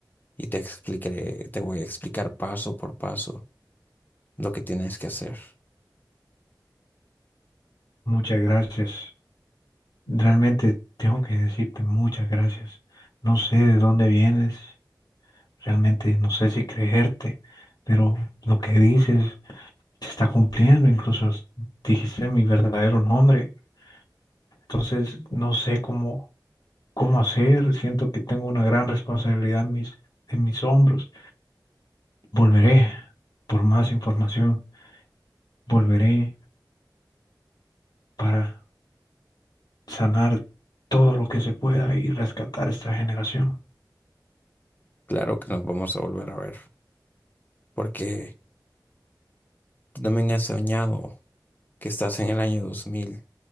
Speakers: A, on the left; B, on the left.
A: y te explicaré, te voy a explicar paso por paso lo que tienes que hacer.
B: Muchas gracias, realmente tengo que decirte muchas gracias. No sé de dónde vienes. Realmente no sé si creerte, pero lo que dices se está cumpliendo, incluso s- dijiste mi verdadero nombre. Entonces no sé cómo, cómo hacer, siento que tengo una gran responsabilidad en mis, en mis hombros. Volveré por más información, volveré para sanar todo lo que se pueda y rescatar esta generación.
A: Claro que nos vamos a volver a ver porque tú también has soñado que estás en el año dos mil